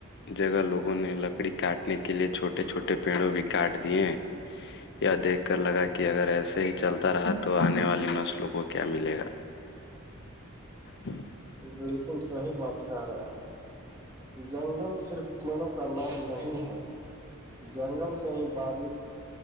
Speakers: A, on the left; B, on the right.
A: جگہ لوگوں نے لکڑی کاٹنے کے لئے چھوٹے چھوٹے پیڑوں بھی کاٹ دیے ہیں یا دیکھ کر لگا کہ اگر ایسے ہی چلتا رہا تو آنے والی نسلوں کو کیا ملے گا غو <unintelligible> <inaudible>
B: بالکل صحیح بات کہہ رہے ہیں جنگل صرف پیڑوں کا نام نہیں ہے جنگل سے ہی بارش